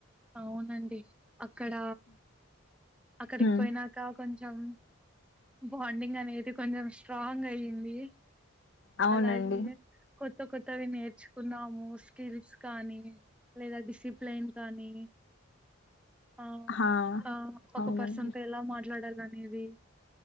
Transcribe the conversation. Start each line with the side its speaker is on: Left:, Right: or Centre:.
Centre: అవునండి అక్కడ అక్కడికి
Left: మ్మ్
Centre: పోయినాక కొంచెం బాండింగ్ అనేది కొంచెం స్ట్రాంగ్ అయంది
Left: అవునండి
Centre: అలాగే కొత్త కొత్తవి నేర్చుకున్నాము. స్కిల్స్ కానీ లేదా డిసిప్లేన్ కానీ ఆ
Left: హా
Centre: ఆ ఒక
Left: అవునండి
Centre: పర్సన్ తో ఎలా మాట్లాడాల అనేది